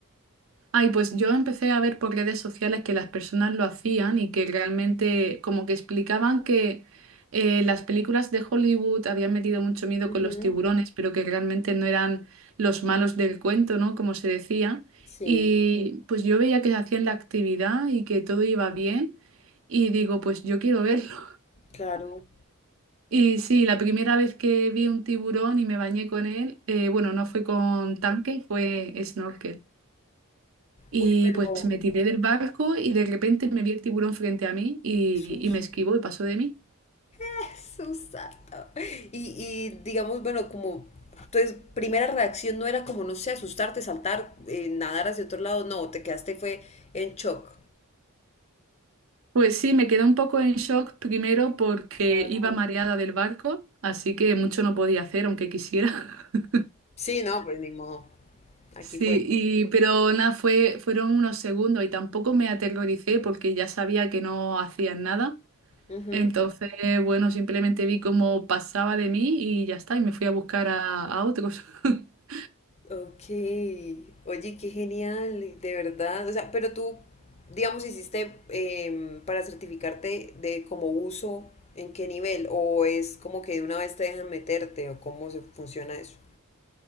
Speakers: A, on the right; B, on the left.
A: Ay, pues yo empecé a ver por redes sociales que las personas lo hacían y que realmente como que explicaban que eh, las películas de Hollywood habían metido mucho miedo
B: Ujú,
A: con los tiburones, pero que realmente no eran los malos del cuento, ¿no? Como se decía.
B: Sí,
A: Y pues yo veía que hacían la actividad y que todo iba bien. Y digo, pues yo quiero verlo.
B: claro.
A: Y sí, la primera vez que vi un tiburón y me bañé con él, eh, bueno, no fue con tanque, fue snorkel. Y
B: Uy, pero
A: pues me tiré del barco y de repente me vi el tiburón frente a mí y,
B: Jesús.
A: y me esquivó y pasó de mí.
B: <laughs> Susato. Y, y digamos, bueno, como entonces, primera reacción no era como, no sé, asustarte, saltar, eh, nadar hacia otro lado, no, te quedaste fue en shock.
A: Pues sí, me quedé un poco en shock primero porque
B: Claro.
A: iba mareada del barco, así que mucho no podía hacer aunque quisiera. <laughs>
B: Sí, no, pues ni modo. Aquí
A: Sí,
B: fue.
A: y, pero nada, fue, fueron unos segundos y tampoco me aterroricé porque ya sabía que no hacían nada.
B: Ujú.
A: Entonces, bueno, simplemente vi cómo pasaba de mí y ya está, y me fui a buscar a, a otros. <laughs>
B: Ok, oye, qué genial, de verdad. O sea, pero tú, digamos, hiciste em, para certificarte de como uso, ¿en qué nivel? ¿O es como que de una vez te dejan meterte? ¿O cómo se funciona eso?